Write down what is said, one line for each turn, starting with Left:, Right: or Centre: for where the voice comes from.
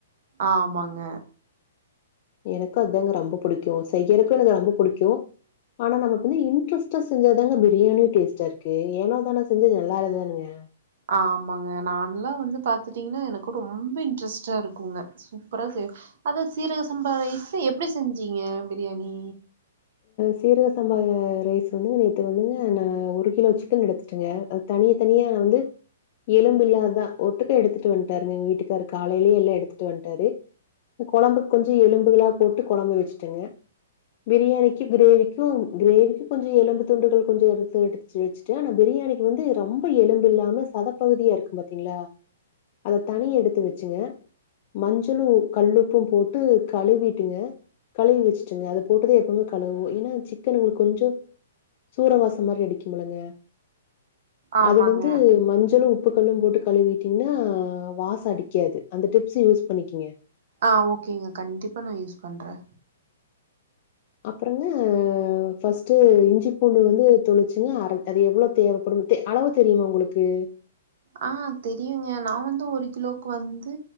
Right: ஆமாங்க
Left: எனக்கு அதாங்க ரொம்ப புடிக்கு செய்யருக்கு எனக்கு ரொம்ப புடிக்கு ஆனா நமக்கு வந்து இன்ட்ரெஸ்டா செஞ்சாதாங்க பிரியாணியும் டேஸ்டா இருக்கு ஏனோ தானா செஞ்சா அது நல்லால்லதானுங்க
Right: ஆமாங்க நான்லா வந்து பாத்துட்டீங்கன்னா எனக்கு ரொம்ப இன்ட்ரெஸ்ட்டா இருக்குங்க சூப்பரா செய்வ அத சீரக சம்பா ரைஸ்ல எப்படி செஞ்சீங்க பிரியாணி
Left: சீரக சம்பா ரைஸ் வந்துங்க நேற்று வந்துங்க நா ஒரு கிலோ சிக்கன் எடுத்து அது தனிய தனியா வந்து எலும்பு இல்லாததுதா ஒட்டுக்க எடுத்துட்டு வன்ட்டாருங்க எங்க வீட்டுக்காரு காலையிலயே எல்லா எடுத்துட்டு வன்ட்டாரு கொழம்புக்கு கொஞ்சோ எலும்பு போட்டு கொழம்பு வச்சுட்டேங்க பிரியாணிக்கு க்கு பிரியாணிக்கு கிரேவிக்கு கொஞ்ச எலும்பு துண்டுகள் கொஞ்ச இருந்து எடுத்து வச்ட்டே ஆனா பிரியாணிக்கு வந்து ரொம் ரொம்ப எலும்பு இல்லாம சதப்பகுதியா இருக்கு பாத்தீங்களா அத தனி எடுத்து வச்சுங்க மஞ்சளு கல்லுப்பு போட்டு கழுவிட்டுங்க கழுவி வச்சுட்டுங்க அத போட்டு தா எப்போ கழுவோ ஏன்னா சிக்கன் உங்களுக்கு கொஞ்சோ சூறவாசம் மாரி அடிக்குமில்லங்க
Right: ஆமாங்க
Left: அது வந்து மஞ்சளு உ உப்புக்கல்லு போட்டு கழுவிட்டீங்கன்னா வாச அடிக்காது அந்த டிப்ஸ் யூஸ் பண்ணிக்கிங்க
Right: ஆ ஓகேங்க கண்டிப்பா நா யூஸ் பண்றே
Left: அப்புறங்க ஃபர்ஸ்ட் இஞ்சி பூண்டு வந்து தொளிச்சுங்க அரப் அது எவ்வளோ தேவைப்படுத்தே அளவு தெரியுமா உங்களுக்கு
Right: ஆ தெரியுங்க நா வந்து ஒரு கிலோக்கு வந்து